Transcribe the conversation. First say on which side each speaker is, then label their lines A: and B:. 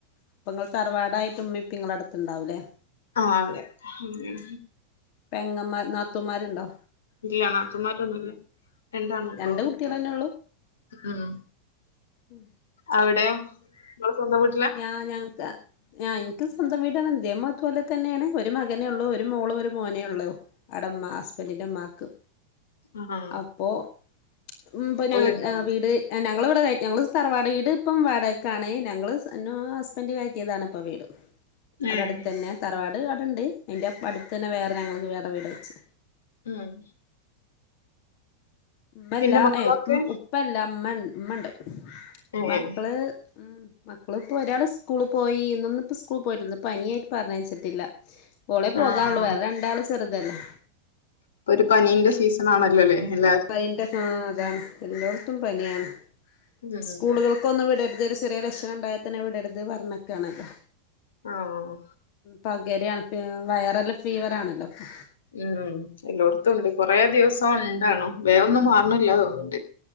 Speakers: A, on the left (about 45°); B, on the left (about 65°).
A: അപ്പൊ നിങ്ങൾ തറവാടാ യിട്ട് ഉമ്മി പ്പി നിങ്ങളുടെ അടുത്ത് ണ്ടാവൂ ല്ലേ
B: ആഹ് അതെ ഉം
A: പെങ്ങന്മാർ നാത്തൂന്മാരുണ്ടോ
B: ഇല്ല നാത്തൂന്മാരൊന്നൂല്ല രണ്ടാൻ മക്കളെ
A: രണ്ട്
B: ഉള്ളൂ
A: കുട്ടികളന്നെ
B: ഉം
A: ഉം
B: അവിടെയോ നിങ്ങള് സ്വന്തം വീ
A: ഞാ ഞങ്ങക്ക് ആഹ് എനിക്ക് സ്വന്തം വീടാണ് എന്റേം അതുപോലെ തന്നെയാണ് ഒരു മകനെ ഉള്ളൂ ഒരു മോളുംഒരു മോനേ ഉള്ളൂ അടെമ്മ ഹസ്ബന്റിന്റെ മ്മാക്ക്
B: ആഹ്
A: അപ്പോ ഉം പിന്നാ
B: ഓലുണ്ടാവും
A: വീട് ഞങ്ങള് വീട് ഞങ്ങളെ തറവാട് വീട് ഇപ്പം വാടകക്കാണ് ഞങ്ങള് എന്നോ ഹസ്ബൻഡ് കയ റ്റിയതാണ് ഇപ്പൊ വീട് അത്
B: ഏഹ്
A: അടുത്തന്നെ തറവാട് അവിടുണ്ട് അതിൻ്റെ അടുത്ത് തന്നെ വേറെ ഞങ്ങൾക്ക് വേറെ വീട് വെച്ച്
B: ഉം
A: ഉമ്മല്ല
B: പിന്നെ മക്കളൊക്കെ
A: ഏയ്‌ ഉപ്പ ഉപ്പല്ല ഉമ്മ ഉമ്മണ്ട്
B: ഏഹ്
A: മക്കള് ഉം മക്കളിപ്പോ ഒരാള് സ്കൂളി പോയി ഇന്നൊന്ന്‌ ഇപ്പ സ്കൂളി പോയിട്ടില്ല ഇന്ന് പനിയായിട്ട് പറഞ്ഞയച്ചിട്ടില്ല ഓളെ പോകാറുള്ളൂ
B: ആഹ്
A: വേറെ രണ്ടാള് ചെറുതല്ലേ
B: ഇപ്പൊ ഒരു പനീന്റെ സീസൺ ആണല്ലോ ല്ലെ എല്ലാ
A: പനിന്റെ ആഹ് അതാണ് എല്ലോർത്തും പനിയാണ്
B: ഉം
A: സ്കൂളുകൾ ക്കൊന്നും വീടരുത് ഒരു ചെറിയ ല ക്ഷണംണ്ടായാത്തന്നെവിടരുത് പറഞ്ഞേക്കാണല്ലോ
B: ആഹ് ആഹ്
A: പകരാണ് വൈറൽ ഫീവർ ആണല്ലോ അപ്പൊ
B: ഉം എല്ലോടത്തും ഉണ്ട് കൊറേ ദിവസം ഉണ്ടാണോ വേഗൊന്നും മാറണില്ല തോന്നിണ്ട്